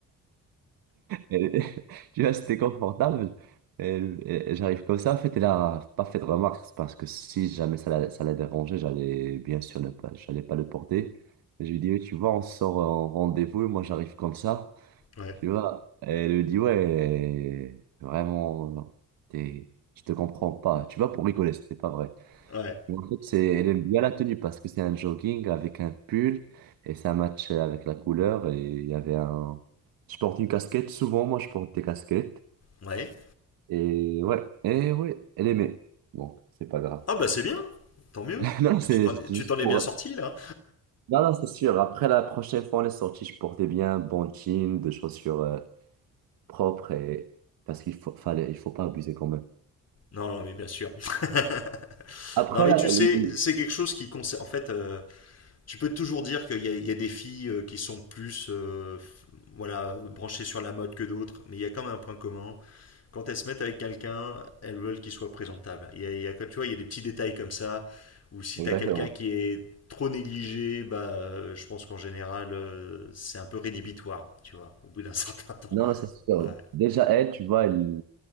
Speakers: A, on the right; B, on the left.
A: Et- <laughs> tu vois, c'était confortable. Et, et- et j'arrive comme ça. En fait, elle a pas fait de remarque c'est parce que si jamais ça la, ça la dérangeait, j'allais bien sûr ne pas, j'allais pas le porter. Et je lui dis, oui, tu vois, on sort en rendez-vous et moi, j'arrive comme ça.
B: Ouais.
A: Tu vois, et elle lui dit, ouais, vraiment, t'es, je te comprends pas. Tu vois, pour rigoler, c'était pas vrai.
B: Ouais.
A: Et En fait, c'est, elle aime bien la tenue parce que c'est un jogging avec un pull et ça match avec la couleur et il y avait un, je porte une casquette. Souvent, moi, je porte des casquettes
B: Ouais,
A: et ouais, et ouais, elle aimait. Donc, c'est pas grave.
B: Ah bah c'est bien, tant mieux.
A: <laughs> Non, c'est
B: Tu t'en
A: c'est
B: es, tu
A: juste
B: t'en es
A: pour,
B: bien sorti là?
A: non, non, c'est sûr. Après la prochaine fois, on est sorti, je portais bien un bon jean, des chaussures euh, propres et parce qu'il faut, fallait, il faut pas abuser quand même.
B: Non, non, mais bien sûr. <laughs>
A: Après
B: Non, mais
A: la,
B: tu sais,
A: le-
B: c'est quelque chose qui concerne. En fait, euh, tu peux toujours dire qu'il y a, il y a des filles euh, qui sont plus euh, f- voilà, branchées sur la mode que d'autres, mais il y a quand même un point commun. Quand elles se mettent avec quelqu'un, elles veulent qu'il soit présentable. Il y a, il y a- tu vois, il y a des petits détails comme ça, où si
A: exactement.
B: t'as quelqu'un qui est trop négligé, bah, euh, je pense qu'en général, euh, c'est un peu rédhibitoire, tu vois, au bout d'un <laughs> certain temps.
A: Non, non, c'est sûr.
B: Ouais.
A: Déjà, elle, tu vois, elle,